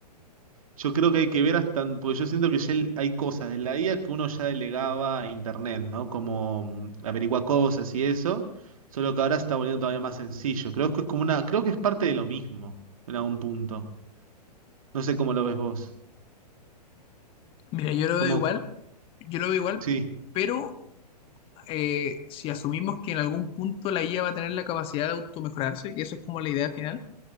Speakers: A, on the right; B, on the left.
A: Yo creo que hay que ver hasta, porque yo siento que ya el- hay cosas de la IA que uno ya delegaba a internet, ¿no? Como mm, averiguar cosas y eso, solo que ahora se está volviendo todavía más sencillo. Creo que es como una, creo que es parte de lo mismo en algún punto. No sé cómo lo ves vos.
B: Mira, yo lo
A: Como,
B: veo igual, yo lo veo igual,
A: sí,
B: pero eh, si asumimos que en algún punto la IA va a tener la capacidad de automejorarse, que eso es como la idea final,